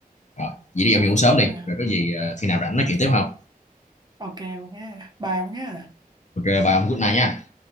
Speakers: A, on the left; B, on the right.
A: rồi vậy đi gặp
B: cũng
A: vụ sớm đi
B: à,
A: rồi có gì ờ, khi nào rảnh nói chuyện tiếp không
B: ok ông nhé bye ông nhé
A: ok bye ông good night nha